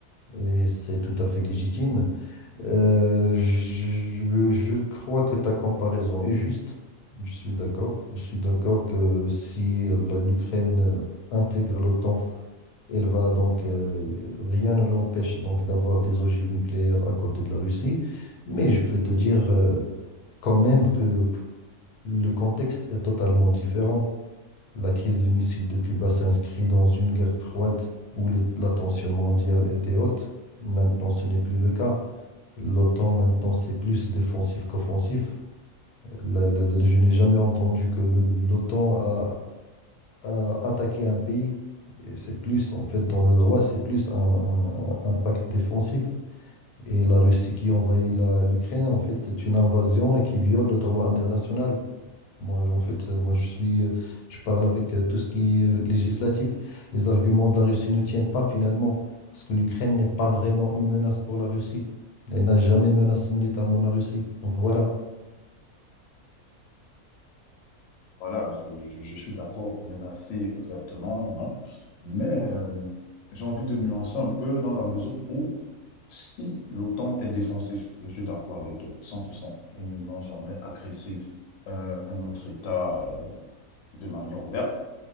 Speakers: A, on the left; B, on the left.
A: et c'est tout à fait légitime. Euh, je, je crois que ta comparaison est juste. Je suis d'accord. Je suis d'accord que si euh, la- l'Ukraine euh, intègre l'OTAN, elle va donc euh, rien ne l'empêche donc d'avoir des ogives nucléaires à côté de la Russie. Mais je peux te dire euh, quand même que le contexte est totalement différent. La crise du missile de Cuba s'inscrit dans une guerre froide où les- la tension mondiale était haute. Maintenant, ce n'est plus le cas. L'OTAN, maintenant, c'est plus défensif qu'offensif. La- la- la- je n'ai jamais entendu que le- l'OTAN a, a attaqué un pays. Et C'est plus, en fait, dans le droit, c'est plus un, un- un pacte défensif. Et la Russie qui envahit la- l'Ukraine, en fait, c'est une invasion et qui viole le droit international. Moi, en fait, euh, moi, je suis, euh, je parle avec euh, tout ce qui est euh, législatif. Les arguments de la Russie ne tiennent pas finalement, parce que l'Ukraine n'est pas vraiment une menace pour la Russie. Elle n'a jamais menacé militairement la Russie. Donc voilà.
B: Voilà, je, je- je suis d'accord, menacer ouvertement, non. Mais euh, j'ai envie de nuancer un peu dans la mesure où, si l'OTAN est défensif, je suis d'accord avec toi, cent pour cent, Ils n'ont jamais agressé euh, un autre État euh, de manière ouverte.